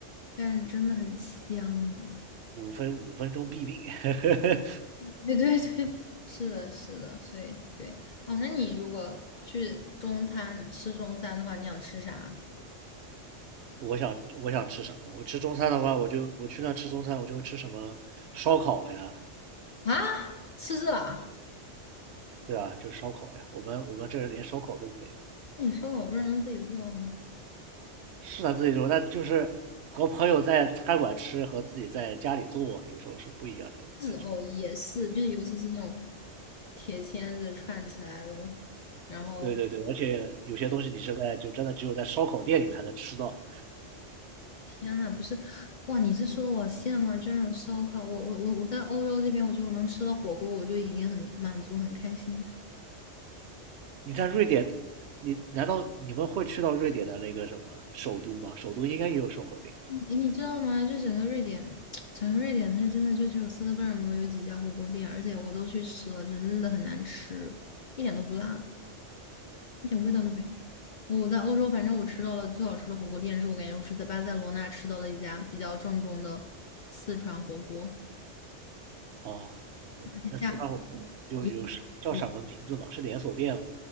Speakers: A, on the left; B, on the right.
A: 但是真的很香啊。
B: 五分五分钟毙命。<laughs>
A: <laughs> 对对对，是的，是的，所以对，哦，那你如果去中餐吃中餐的话，你想吃啥
B: 我想我想吃什么？我吃中餐的话，我就我去那吃中餐，我就吃什么烧烤呀，
A: 啊？吃这啊？
B: 对啊，就是烧烤呀。我们我们这儿连烧烤都没有啊，
A: 那你烧烤不是能自己做吗？
B: 是他自己做，但就是和朋友在餐馆吃和自己在家里做，有时候是不一样的感觉。
A: 是哦，也是，就是尤其是那种铁签子串起来的，然后
B: 对对对，而且有些东西你是在就真的只有在烧烤店里才能吃到。
A: 天呐，不是，哇，你是说的我羡慕啊，居然有烧烤，我我我我在欧洲这边，我觉得我能吃到火锅，我就已经很满足很开心。
B: 你在瑞典，你难道你们会去到瑞典的那个什么首都吗？首都应该也有烧烤店
A: 你你知道吗？就整个瑞典，<tsk> 整个瑞典，它真的就只有斯德哥尔摩有几家火锅店，而且我都去吃了，真的很难吃，一点都不辣，一点味道都没有。我在欧洲，反正我吃到了最好吃的火锅店，是我感觉我是在巴塞罗那吃到了一家比较正宗的四川火锅，
B: 哦。嗯那四川火锅有有叫什么名字吗？
A: 而且价格也我
B: 是连锁店吗？